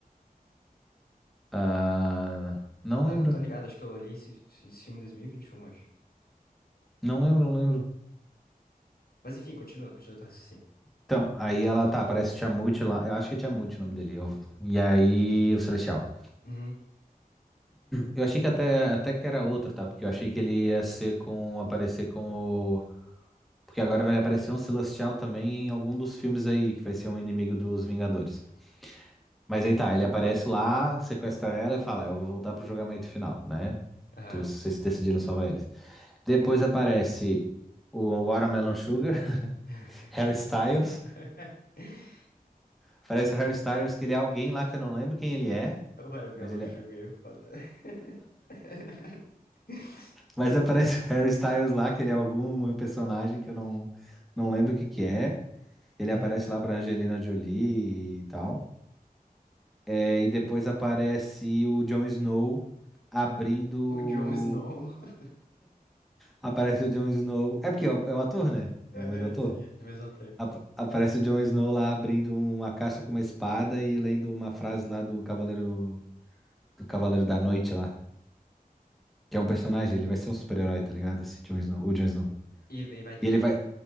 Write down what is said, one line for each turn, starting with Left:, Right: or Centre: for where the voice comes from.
Centre: Ah, não
Left: Ah,
Centre: lembro.
Left: não, tô ligado, acho que eu olhei esse, esse filme em dois mil e vinte e um acho.
Centre: Não lembro, não lembro.
Left: Mas enfim, continua, continua teu raciocínio.
Centre: Então, aí ela tá, parece Tiamut lá. Eu acho que é Tiamut o nome dele. eu- E aí, o Celestial.
Left: Uhum,
Centre: Eu achei que até, até que era outro, tá? Porque eu achei que ele ia ser com. aparecer com o. Porque agora vai aparecer um Celestial também em algum dos filmes aí, que vai ser um inimigo dos Vingadores. Mas aí tá, ele aparece lá, sequestra ela e fala: Eu vou voltar pro julgamento final, né?
Left: aham.
Centre: Tu, vocês decidiram salvar eles. Depois aparece o Watermelon Sugar, <laughs>
Left: <laughs>
Centre: Harry Styles. Aparece o Harry Styles, que ele é alguém lá que eu não lembro quem ele é,
Left: Eu era Mellow
Centre: mas ele
Left: Sugar,
Centre: é...
Left: é foda. <laughs>
Centre: Mas aparece <laughs> o Harry Styles lá, que ele é algum personagem que eu não, não lembro o que que é. Ele
Left: Aham.
Centre: aparece lá pra Angelina Jolie e tal. É, e depois aparece o Jon Snow abrindo.
Left: O Jon Snow. <laughs>
Centre: Aparece o Jon Snow. É porque é o é o ator, né?
Left: Aham,
Centre: É o mesmo ator.
Left: sim, é a mesma ator.
Centre: Ap- aparece o Jon Snow lá abrindo uma caixa com uma espada e lendo uma frase lá do Cavaleiro do Cavaleiro da Noite lá. Que é um personagem, ele vai ser um super-herói, tá ligado? Esse Jon Snow, o Jon Snow.
Left: E vai vai ter.
Centre: E ele vai.